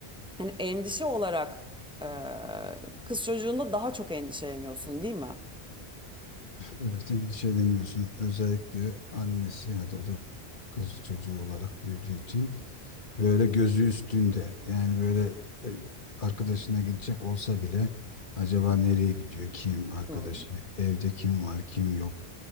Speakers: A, in the centre; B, on the left.
A: hani endişe olarak e, kız çocuğunda daha çok endişeleniyorsun değil mi?
B: Evet endişeleniyorsun. Özellikle annesi hadi o da kız çocuğu olarak büyüdüğü için böyle gözü üstünde. Yani böyle e, arkadaşına gidecek olsa bile acaba nereye gidiyor? Kim arkadaşı?
A: Hmm.
B: Evde kim var? Kim yok?